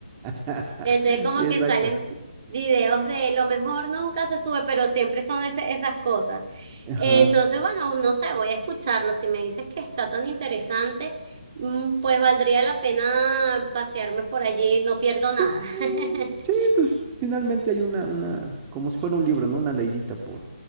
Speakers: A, on the right; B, on the right.
A: <laughs>
B: Entonces como
A: sí, exacto.
B: que salen videos de lo mejor nunca se sube, pero siempre son ese- esas cosas.
A: Ajá.
B: Entonces, bueno, no sé, voy a escucharlo. Si me dices que está tan interesante, mm, pues valdría la pena pasearme por allí, no pierdo
A: Sí,
B: nada. <laughs>
A: sí, pues finalmente hay una, una, como si fuera un libro, ¿no? Una leidita por,